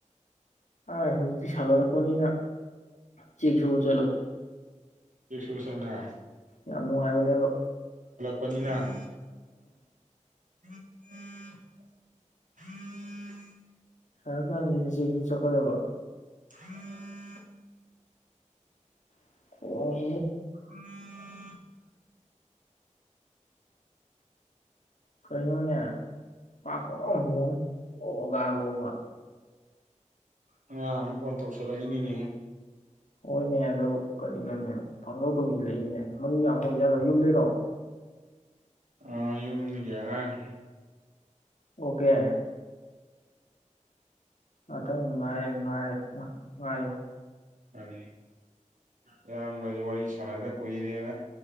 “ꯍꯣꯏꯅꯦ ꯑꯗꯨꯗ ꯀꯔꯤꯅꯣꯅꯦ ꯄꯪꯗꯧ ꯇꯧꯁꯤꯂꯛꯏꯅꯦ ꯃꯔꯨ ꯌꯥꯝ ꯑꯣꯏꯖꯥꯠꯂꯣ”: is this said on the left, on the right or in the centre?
Left